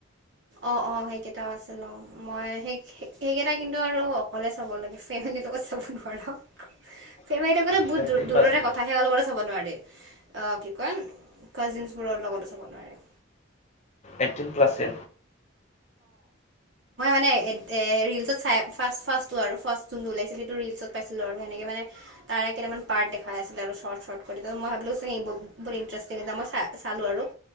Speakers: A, on the right; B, on the left.
A: অ', অ', সেইকেইটাও আছিল অ' মই সেই সেইকেইটা কিন্তু আৰু অকলে চাব লাগে তেনেকুৱা চাব নোৱাৰো, ফেমেলীৰ লগতো বহু বহুত
B: চাইকেল
A: দূৰৰে
B: বাছ
A: কথা <unintelligible> চাব নোৱাৰি, অ' কি কয় কাজিনবোৰৰ লগতো চাব নোৱাৰি।
B: এইটটিন প্লাছে।
A: <unintelligible> এ ৰিলচত চাই ফাৰ্ষ্ট ফাৰ্ষ্টটো আৰু ফাৰ্ষ্ট যোনটো ওলাইছিল সেইটো ৰিলচত পাইছিলোঁ আৰু সেনেকে মানে তাৰে কেইটামান পাৰ্ট দেখাই আছিলে শৰ্ট শৰ্ট কৰি মই ভাবিলোঁ ব- বহুত ইণ্টাৰেষ্টিং এটা মই চালোঁ আৰু।